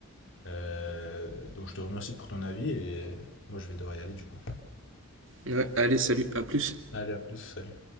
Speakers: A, on the left; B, on the right.
A: Euh, donc, je te remercie pour ton avis et moi, je vais devoir y aller du coup.
B: Ouais, allez, salut, à plus.
A: Allez, à plus, salut.